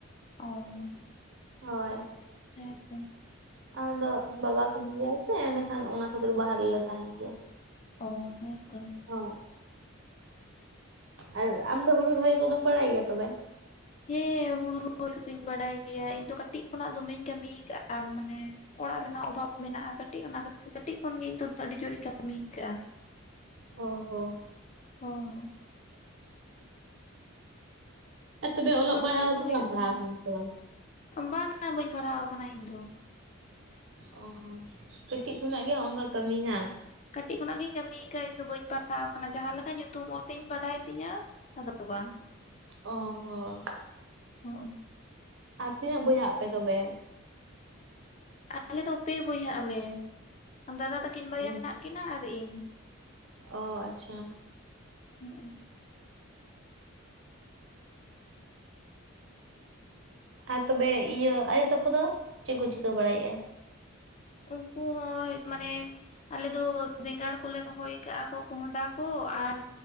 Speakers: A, on the left; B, on the right.
A: ᱚᱸᱻ
B: ᱦᱳᱭ
A: ᱦᱮ ᱛᱚ
B: ᱟᱫᱚ ᱵᱟᱵᱟ ᱠᱟᱹᱢᱤ ᱜᱮᱭᱟᱭ ᱥᱮ ᱮᱸᱰᱮᱠᱷᱟᱱ ᱚᱱᱟ ᱠᱷᱟᱛᱤᱨ ᱵᱟᱦᱟᱨᱼᱼ ᱨᱮᱞᱮ ᱛᱟᱦᱮᱱ ᱜᱮᱭᱟ
A: ᱚ ᱦᱮᱸᱛᱚ
B: ᱦᱚᱸ ᱟᱨ ᱟᱢ ᱫᱚ ᱦᱩᱲᱩ ᱨᱚᱦᱚᱭ ᱠᱚᱫᱚᱢ ᱵᱟᱲᱟᱭ ᱜᱮᱭᱟ ᱛᱚᱵᱮ?
A: ᱦᱮᱸ ᱦᱩᱲᱩ ᱨᱚᱦᱚᱭ ᱠᱚᱫᱚᱧ ᱵᱟᱲᱟᱭ ᱜᱮᱭᱟ ᱤᱧ ᱛᱚ ᱠᱟᱹᱴᱤᱡ ᱠᱷᱚᱱᱟᱜ ᱫᱚᱢᱮᱧ ᱠᱟᱹᱢᱤ ᱟᱠᱟᱜᱼᱟ ᱢᱟᱱᱮ ᱚᱲᱟᱜ ᱨᱮᱱᱟᱜ ᱚᱵᱷᱟᱵ ᱢᱮᱱᱟᱜᱼᱟ ᱠᱟᱹᱴᱤᱡ ᱚᱱᱟ ᱠᱷᱟᱹᱛᱤᱨ ᱠᱟᱹᱴᱤᱡ ᱠᱷᱚᱱᱜᱮ ᱤᱧ ᱫᱚ ᱟᱹᱰᱤ ᱡᱳᱨᱤᱧ ᱠᱟᱹᱢᱤ ᱟᱠᱟᱜᱼᱟ
B: ᱚ ᱦᱚᱸ
A: ᱦᱚᱸᱻ
B: ᱟᱨ ᱛᱚᱵᱮ
A: ᱦᱩᱲᱩ
B: ᱚᱞᱚᱜ ᱯᱟᱲᱦᱟᱣ
A: ᱨᱚᱦᱚᱭ ᱠᱚ
B: ᱫᱚ
A: ᱦᱩᱭᱩᱜ
B: ᱵᱟᱢ ᱯᱟᱲᱦᱟᱣ
A: ᱠᱟᱱᱟ
B: ᱟᱠᱟᱱᱟ ᱥᱮ ᱵᱟᱝ?
A: ᱵᱟᱝᱟ ᱵᱟᱹᱧ ᱯᱟᱲᱦᱟᱣ ᱟᱠᱟᱱᱟ ᱤᱧ ᱫᱚ
B: ᱚ ᱦᱚᱸ ᱠᱟᱹᱴᱤᱡ ᱠᱷᱚᱱᱟᱜ ᱜᱮ ᱦᱚᱝᱠᱟ ᱠᱟᱹᱢᱤ ᱦᱟᱝ
A: ᱠᱟᱹᱴᱤᱡ ᱠᱷᱚᱱᱟᱜ ᱜᱤᱧ ᱠᱟᱹᱢᱤᱭ ᱟᱠᱟᱫᱟ ᱤᱧ ᱫᱚ ᱵᱟᱹᱧ ᱯᱟᱲᱦᱟᱣ ᱟᱠᱟᱱᱟ ᱡᱟᱦᱟᱸ ᱞᱮᱠᱟ ᱧᱩᱛᱩᱢ ᱚᱞ ᱛᱮᱫ ᱤᱧ ᱵᱟᱰᱟᱭ ᱛᱤᱧᱟ ᱟᱫᱚ ᱵᱟᱝ
B: ᱚᱻ
A: ᱦᱚ
B: ᱟᱨ ᱛᱤᱱᱟᱹᱜ ᱵᱚᱭᱦᱟᱜ ᱟᱯᱮ ᱛᱚᱵᱮ?
A: ᱟᱞᱮ ᱫᱚ ᱯᱮ ᱵᱚᱭᱦᱟᱜ ᱟᱞᱮ ᱫᱟᱫᱟ ᱛᱟᱹᱠᱤᱱ ᱵᱟᱨᱭᱟ
B: ᱦᱩᱸ
A: ᱢᱮᱱᱟᱜ ᱠᱤᱱᱟᱹ ᱟᱨ ᱤᱧ
B: ᱚ ᱟᱪᱪᱷᱟ
A: ᱦᱮᱸ <inaudible>
B: ᱟᱨ ᱛᱚᱵᱮ ᱤᱭᱟᱹ ᱟᱭᱳ ᱛᱟᱠᱚ ᱫᱚ ᱪᱮᱜ ᱠᱚ ᱪᱤᱠᱟᱹ ᱵᱟᱲᱟᱭᱮᱜᱼᱟ
A: ᱩᱱᱠᱩ ᱦᱚᱸᱭ ᱢᱟᱱᱮ ᱟᱞᱮ ᱫᱚ ᱵᱮᱸᱜᱟᱲ ᱠᱚᱞᱮ ᱨᱚᱦᱚᱭ ᱟᱠᱟᱜᱼᱟ ᱠᱚ ᱠᱚᱸᱦᱰᱟ ᱠᱚ ᱟᱨ